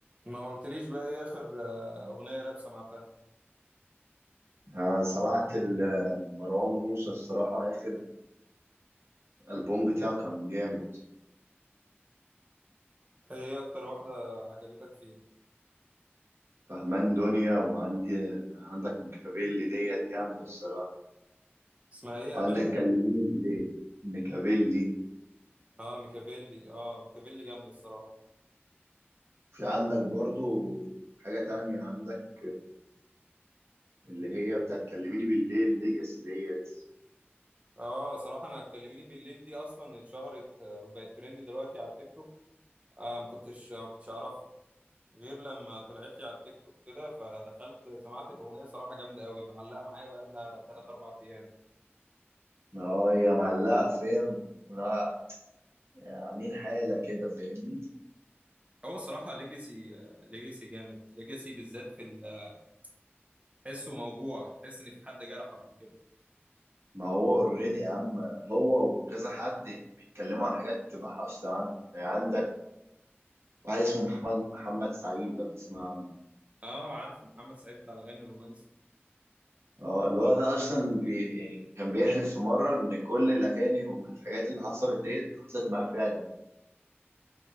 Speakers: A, on the right (about 30°); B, on the right (about 80°).
A: ما قلتليش بقى ايه اخر آه، اغنية راب سمعتها
B: آه، سمعت ال- مروان موسى الصراحة آخر ألبوم بتاعه كان جامد
A: ايه اكتر واحدة عجبتك فيه
B: فهمان دنيا وعندي عندك ميكافيلي ديت جامدة الصراحة
A: اسمها ايه
B: عندك
A: قابلني
B: كلميني بالليل ميكافيلي
A: اه ميكافيلي اه ميكافيلي جامدة الصراحة
B: في عندك برضو حاجة تانية عندك اللي هي بتاعت كلميني بالليل ليجاسي ديت
A: اه صراحة انا اتكلميني بالليل دي اصلا اتشهرت آه، وبقت ترند دلوقتي على التيك توك آه ما كنتش آه، ما كنتش اعرفها غير لما طلعت لي على التيك توك كده فدخلت سمعت الاغنية صراحة جامدة قوي معلقة معايا بقى لها 3 4 ايام
B: اه هي معلقة فاهم لا يعني عاملين حالة كده فاهمني
A: هو الصراحة ليجاسي ليجاسي جامد ليجاسي بالذات في ال- آه، تحسه موجوع تحس ان في حد جرحه قبل كده
B: ما هو اوريدي يا عم هو وكذا حد يعني بيتكلموا عن حاجات تبقى حاصلة عنه يعني عندك واحد اسمه محمد محمد سعيد لو تسمع عنه
A: اه عارف محمد سعيد بتاع الاغاني الرومانسي
B: اه الولد ده اصلا بي يعني كان بيحلف في مرة ان كل الاغاني والحاجات اللي حصلت ديت حصلت معاه فعلا